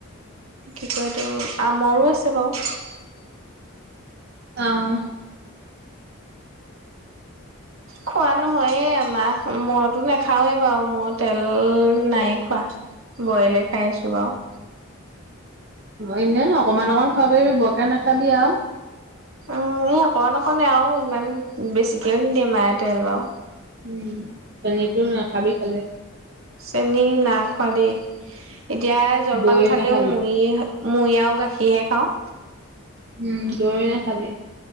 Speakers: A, on the right; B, on the right.
A: কি কয়টো আমৰো আছে বাৰু।
B: আহ
A: খোৱা নহয়ে আমাৰ মইতো নাখাওৱে বাৰু মই তেল নাইয়ে খোৱা বইলে খাই আছো বাৰু।
B: এনে অকমান অকমান খাব পাৰিবি বৰকে নাখাবি আৰু।
A: অ' এই অকমান অকনে আৰু। ইমান বেছিকেও নিদিয়ে মায়ে তেল বাও।
B: উম, চেনীটো নাখাবি। <inaudible>
A: চেনী না খোৱা দে। এতিয়া জলপান
B: দৈ
A: খালেও
B: নাখাবি
A: মুৰি মূৰি আৰু গাখীৰহে খাওঁ।
B: উম, দৈ নেখাবি।